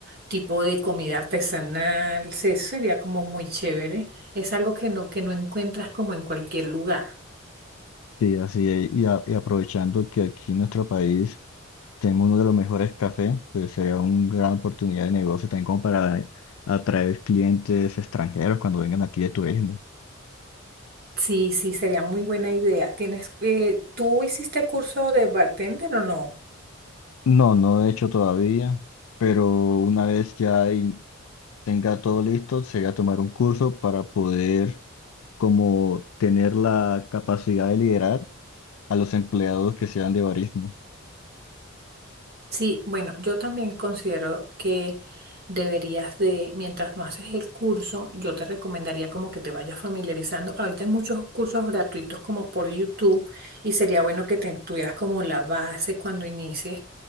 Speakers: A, on the right (about 45°); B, on the left (about 80°).
A: tipo de comida artesanal, se- sería como muy chévere. Es algo que no, que no encuentras como en cualquier lugar.
B: Sí, así es. Y, a- y aprovechando que aquí en nuestro país tenemos uno de los mejores cafés, pues sería una gran oportunidad de negocio también como para atraer clientes extranjeros cuando vengan aquí de turismo.
A: Sí, sí, sería muy buena idea. ¿Tienes, eh, tú hiciste curso de bartender o no?
B: No, no he hecho todavía, pero una vez ya y- tenga todo listo, sería tomar un curso para poder como tener la capacidad de liderar a los empleados que sean de barismo.
A: Sí, bueno, yo también considero que deberías de, mientras no haces el curso, yo te recomendaría como que te vayas familiarizando. Ahorita hay muchos cursos gratuitos como por YouTube y sería bueno que te tuvieras como la base cuando inicies